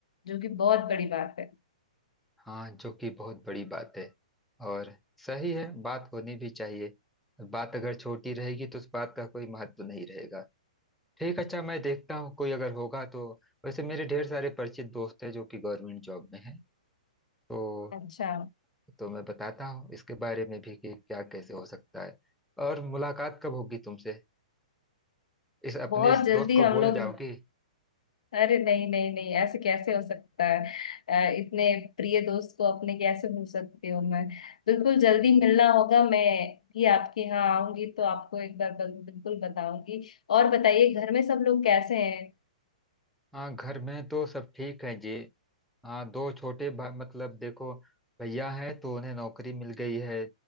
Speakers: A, on the left; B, in the centre.
A: जो कि बहुत बड़ी बात है
B: हाँ जो कि बहुत बड़ी बात है और सही है बात होनी भी चाहिए बात अगर छोटी रहेगी तो उस बात का कोई महत्व नहीं रहेगा ठीक अच्छा मैं देखता हूँ कोई अगर होगा तो वैसे मेरे ढेर सारे परिचित दोस्त हैं जो कि गवर्नमेंट जॉब में हैं तो
A: अच्छा
B: तो मैं बताता हूँ इसके बारे में भी कि क्या कैसे हो सकता है और मुलाकात कब होगी तुमसे इस अपने
A: बहुत
B: इस
A: जल्दी
B: दोस्त को
A: हम
B: भूल
A: लोग
B: जाओगी
A: अरे नहीं नहीं नहीं ऐसे कैसे हो सकता है अ, इतने प्रिय दोस्त को अपने कैसे भूल सकती हूँ मैं बिल्कुल जल्दी मिलना होगा मैं भी आपके यहाँ आऊंगी तो आपको एक बार बल- बिल्कुल बताऊंगी और बताइए घर में सब लोग कैसे हैं
B: हाँ घर में तो सब ठीक है जी हाँ दो छोटे भा- मतलब देखो भैया हैं तो उन्हें नौकरी मिल गई है